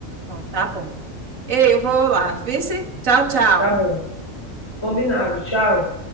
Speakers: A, on the right; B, on the left.
A: Pronto, tá bom. Ei, eu vou lá. Vice? Tchau, tchau.
B: Tá bom, combinado. Tchau.